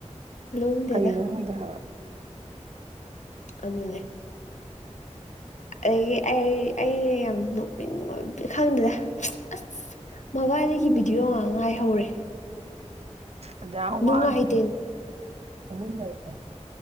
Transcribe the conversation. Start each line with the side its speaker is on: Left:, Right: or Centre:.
Left: ꯂꯨꯝꯗꯦꯗ
Right: ꯀꯩꯅꯣ ꯈꯪꯗꯦ ꯍꯥꯏꯕ
Left: ꯑꯗꯨꯅꯦ ꯑꯩꯒꯤ ꯑꯩ ꯑꯩꯅ ꯌꯥꯝꯅ ꯅꯣꯛꯅꯤꯡꯕ ꯈꯪꯗꯦꯗ ꯑꯁ ꯃꯕꯥꯅꯤꯒꯤ ꯚꯤꯗꯤꯑꯣ ꯉꯥꯡ ꯉꯥꯏꯍꯧꯔꯦ
Right: ꯑꯗꯨꯌꯥꯝ
Left: ꯅꯨꯡꯉꯥꯏꯇꯦ
Right: ꯋꯥꯅ ꯍꯧꯃꯤꯟꯅꯔꯛ ꯑꯦ